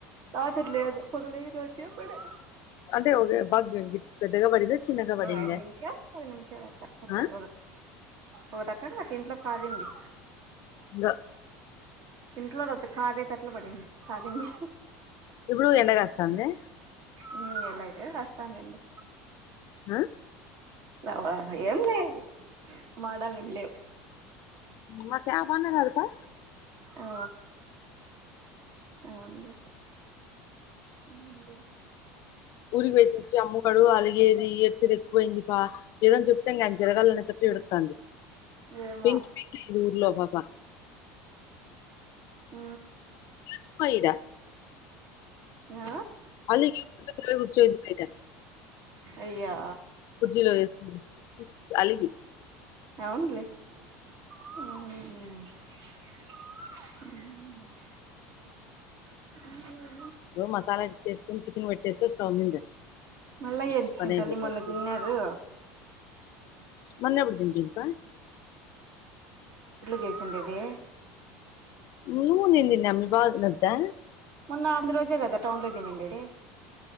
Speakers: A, on the right (about 55°); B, on the left (about 55°).
A: రాత్రి లేదు పగలే ఇరోచ్చే పడే
B: అంటే ఒకే బాగా పెద్దగా పడిందా చిన్నగా పడిందా
A: ఐదు నిమిషం పది నిమిషాలు అట్లా ఉన్న
B: ఆ
A: ఓ రకం గటి ఇంట్లో పరేయండి
B: దో
A: ఇంట్లోది వద్దు కారే తటల్ పడింది కాగింది
B: ఇప్పుడు ఎండ కాస్తాందా
A: ఉమ్ ఎలా అయితే వస్తాం లేండి
B: ఉమ్
A: రావా భ ఎం లే మాటల్ ఎం లేవు
B: మా క్యాప్ అన్న నలుపా
A: ఆ అవునులే ఉమ్
B: ఊరికి బొయ్యేసొచ్చాము ఇక్కడు అలిగేది ఏడ్చేది ఎక్కువయింది ప ఏదోని చెప్పింది అది జరగాలనేటట్టు ఏడుత్తాంది
A: ఏమో
B: పింక్ ఇదు ఊర్లో పాపా
A: ఆ
B: సుకో ఇడ
A: ఆ
B: అలి <inaudible> వుచ్చేది పీట
A: అయ్యా
B: కుర్జీ లో ఏసెన్ అలిగి
A: అవున్లే మ్మ్ మ్మ్ ఉ
B: మసాలా ఇది చేేసుకుని చికిన్ పెట్ట్ స్టవ్ మింద
A: మళ్ళా ఏం
B: ఒ
A: చికెన్
B: పనైపోతాది
A: తల్లి మొన్న తిన్నారు
B: మొన్నే ఉదిన్ దింపా
A: చేసిండదే
B: నూనుందిని న మీ బాస్నంతా
A: మొన్న ఆంద రోజే గదా టౌన్ లో దినిండేది